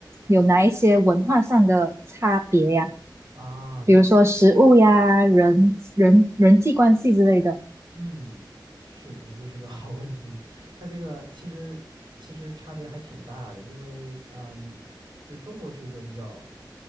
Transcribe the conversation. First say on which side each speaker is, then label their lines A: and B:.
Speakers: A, on the right; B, on the right.
A: 有哪一些文化上的差别呀？
B: 啊，它这个
A: 比如说食物呀、人人人际关系之类的。
B: 嗯，是你这是个 <laughs> 好问题。它这个其实其实差别还挺大的，因为嗯，就中国是一个比较。